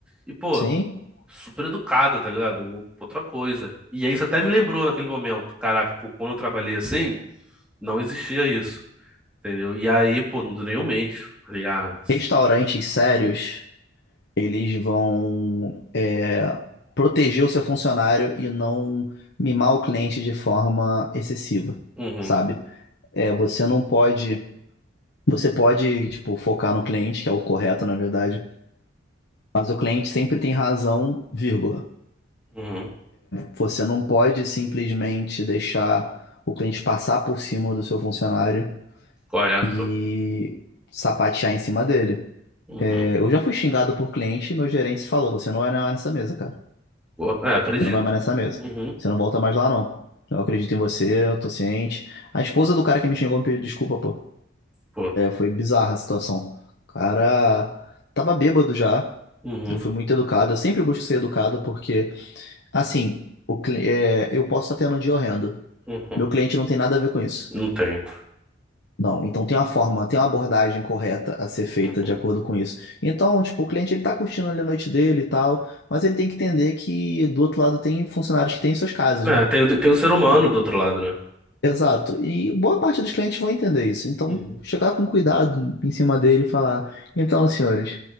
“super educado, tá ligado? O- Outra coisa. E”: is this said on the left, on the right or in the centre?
Centre